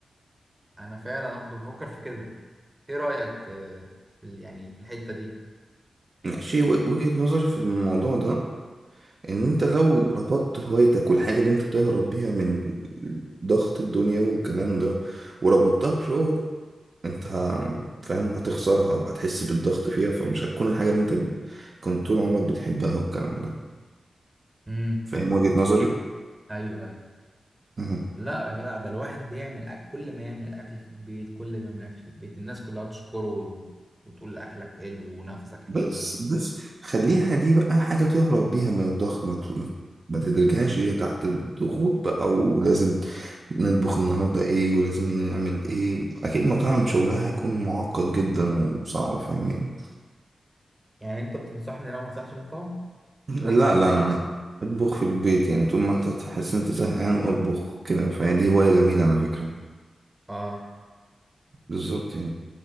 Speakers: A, on the right; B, on the right.
A: انا فعلا انا كنت بفكر في كده ايه رأيك آه، في ال- يعني في الحتة دي
B: ماشي و- وجهة نظري في الموضوع ده ان انت لو ربطت هوايتك والحاجة اللي انت بتهرب بيها من ضغط الدنيا والكلام ده وربطتها بشغل انت ه- فاهم هتخسرها وهتحس بالضغط فيها فمش هتكون الحاجة اللي انت كنت طول عمرك بتحبها والكلام ده
A: امم
B: فاهم وجهة نظري؟
A: ايوه ايوه
B: مهم.
A: لا يا جدع ده الواحد بيعمل أكل كل ما يعمل اكل في البيت كل ما يعمل اكل في البيت الناس كلها تشكره و- وتقول اكلك حلو ونفسك حلو
B: بس بس خليها دي بقى حاجة تهرب بيها من الضغط ما ت- ما تدركهاش هي تحت الضغوط بقى ولازم نطبخ النهاردة ايه ولازم نعمل ايه اكيد مطاعم شغلها هيكون معقد جدا وصعب فاهمين
A: يعني انت بتنصحني لو ما افتحش مطعم
B: لا
A: واطبخ في
B: لا
A: البيت
B: انا اطبخ في البيت يعني طول ما انت تحس انت زهقان اطبخ كده فهي دي هواية جميلة على فكرة
A: اه
B: بالظبط يعني